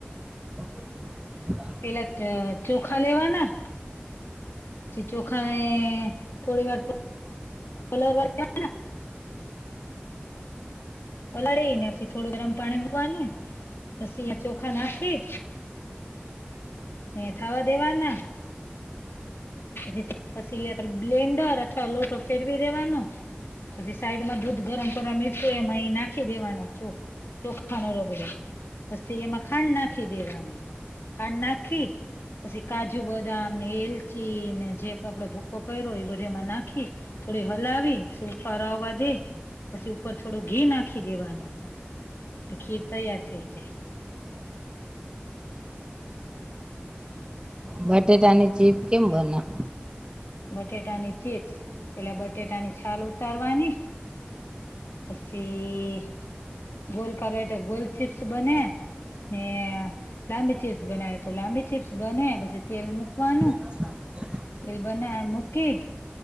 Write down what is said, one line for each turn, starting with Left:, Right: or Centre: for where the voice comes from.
Right: <inaudible>
Left: પેલા ત ચોખા લેવાના સી ચોખાને થોડી વાર પ-લરવા દે-વ પલાળી ને સી થોડુ ગરમ પાણી મૂકવાનુ પસી અઈયા ચોખા નાખી ને થાવા દેવાના. <inaudible> પસી યર બ્લેન્ડર અથવા લોટો ફેરવી દેવાનો. પસી સાઈડમા દૂધ ગરમ કરવા મુયકુ એમા ઈ ના ખી દેવાના ચોખ ચોખાનો રગડો પસી એમાં ખાંડ નાખી દેવાની. ખાંડ નાખી પસી કાજુ-બદામને એલચ ચી ને જે ક આપડે ભૂકો કયરો, એ બધો એમાં નાખી થોડી હલાવી સું ઉફારો આવી દઈ પસી ઉપર થોડું ઘી નાખી દેવાનુ. તો ખીર તૈયાર થઈ જાય.
Right: બટેટાની ચીપ કેમ બના
Left: બટેટાની ચીપ્સ, એલે બટેટા ની છાલ ઉતારવાની પસી ગોલ કરવાય, તો ગોલ ચીપ્સ બને. ને લાંબી ચીપ્સ બનાવે, તો લાંબી ચીપ્સ બને પસી તેલ મુકવા
Right: <inaudible>
Left: એલ બનાયા મુકી